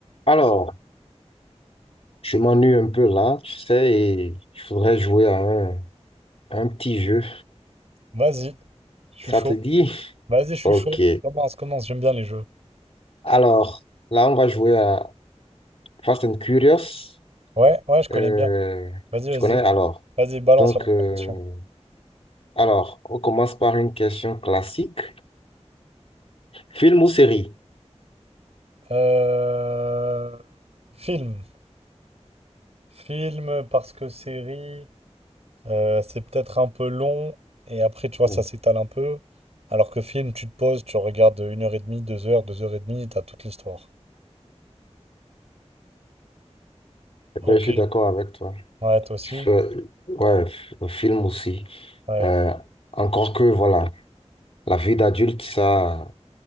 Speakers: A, on the left (about 55°); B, on the right (about 65°).
A: Alors, je m'ennuie un peu là, tu sais, et je voudrais jouer à un, un petit jeu.
B: Vas-y, je suis
A: Ça
B: chaud.
A: te dit?
B: Vas-y, je suis
A: Ok.
B: chaud. Commence, commence, j'aime bien les jeux.
A: Alors, là, on va jouer à Fast and Curious.
B: Ouais, ouais, je connais
A: Euh,
B: bien. Vas-y,
A: tu
B: vas-y.
A: connais? Alors,
B: Vas-y, balance
A: donc,
B: la première
A: euh,
B: question.
A: alors, on commence par une question classique. Film ou série?
B: Euh, Film. Film, parce que série, euh, c'est peut-être un peu long, et après, tu vois,
A: Hmm.
B: ça s'étale un peu. Alors que film, tu te poses, tu regardes une heure et demie, deux heures, deux heures et demie, t'as toute l'histoire.
A: Eh
B: Ok.
A: ben, je suis d'accord avec toi.
B: Ouais, toi aussi.
A: F- Ouais, f- un film aussi.
B: Ouais.
A: Euh, encore que, voilà, la vie d'adulte, ça